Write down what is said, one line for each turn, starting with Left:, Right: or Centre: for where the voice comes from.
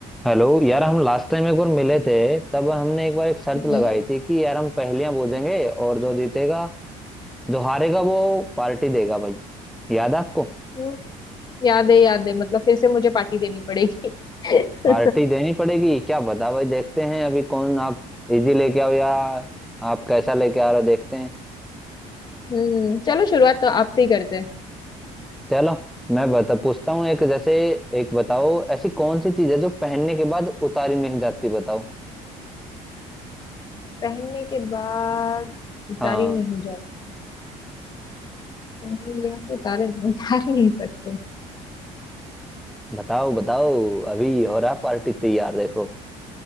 Centre: हेलो यार हम लास्ट टाइम एक बार मिले थे तब हमने एक बार एक शर्त
Left: नहीं,
Centre: लगाई थी कि यार हम पहेलियां बूझेंगे और जो जीतेगा जो हारेगा वो पार्टी देगा भाई याद है आपको
Left: वो याद है याद है मतलब फिर से मुझे पार्टी देनी पड़ेगी <laughs>
Centre: पार्टी देनी पड़ेगी क्या पता भाई देखते हैं अभी कौन आप इजी लेके आओ या आप कैसा लेके आ रहे हो देखते हैं
Left: हम्म चलो शुरुआत तो आपसे ही करते हैं
Centre: चलो मैं बता पूछता हूँ एक जैसे एक बताओ ऐसी कौन सी चीज है जो पहनने के बाद उतारी नहीं जाती बताओ
Left: पहनने के बाद उतारी
Centre: हाँ
Left: नहीं जाती पहन लिया तो उतार उतार नहीं सकते
Centre: बताओ बताओ अभी हो रहा पार्टी तैयार देखो